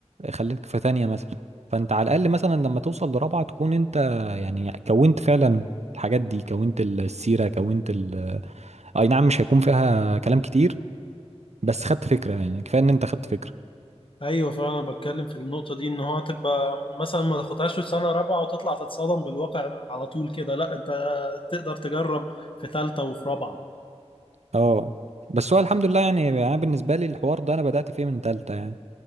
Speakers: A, on the right; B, on the left.
A: خليك في تانية مثلا فانت على الاقل مثلا لما توصل لرابعه تكون انت يعني كونت فعلا الحاجات دي كونت السيره كونت ال اي نعم مش هيكون فيها كلام كتير بس خدت فكره يعني كفايه ان انت خدت فكره
B: ايوه فانا بتكلم في النقطه دي ان هو تبقى مثلا ما تاخدهاش في سنه رابعه وتطلع تتصدم بالواقع على طول كده لا انت تقدر تجرب في ثالثه وفي رابعه
A: اه بس هو الحمد لله يعني انا بالنسبه لي الحوار ده انا بدات فيه من تالتة يعني